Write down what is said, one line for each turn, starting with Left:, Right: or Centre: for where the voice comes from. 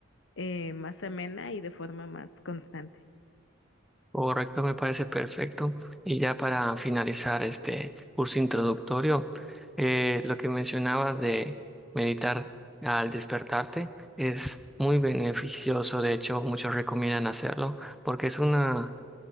Left: eh, más amena y de forma más constante.
Centre: Correcto, me parece perfecto. Y ya para finalizar este curso introductorio, eh, lo que mencionabas de meditar al despertarte es muy beneficioso. De hecho, muchos recomiendan hacerlo porque es una